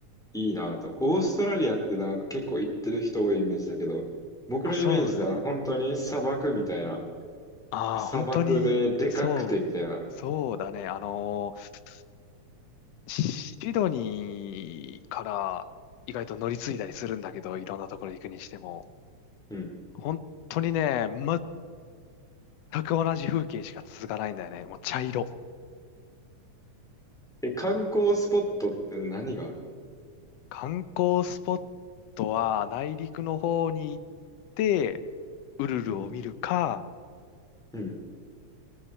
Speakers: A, in the centre; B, on the left.
A: いいなと。オーストラリアってなんか結構行ってる人多いイメージだけど、僕のイメージだ、
B: あ、そうだね。
A: 本当に砂漠みたいな。
B: ああ、
A: 砂漠ででかくてみたいな。
B: 本当に、そう、そうだね。あのーシドニーから意外と乗り継いだりするんだけど、いろんなところ行くにしても、
A: うん。
B: 本当にね、全く同じ風景しか続かないんだよね。もう茶色。
A: え、観光スポットって何があるの
B: 観光スポットは内陸の方に行ってウルルを見るか、
A: うん。うん。